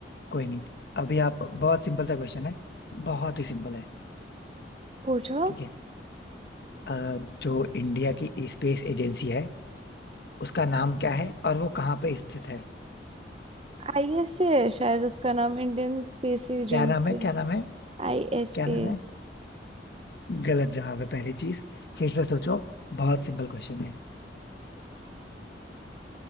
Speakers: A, on the left; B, on the right.
A: कोई नहीं अभी आप बहुत सिंपल सा क्वेश्चन है बहुत ही सिंपल है
B: पूछो
A: ठीक है अ, जो इंडिया की स्पेस एजेंसी है उसका नाम क्या है और वो कहाँ पे स्थित है
B: आईएसए है शायद उसका नाम इंडियन स्पेस एजेंसी
A: क्या नाम है क्या नाम है
B: आईएसए
A: क्या नाम है गलत जवाब है पहली चीज फिर से सोचो बहुत सिंपल क्वेश्चन है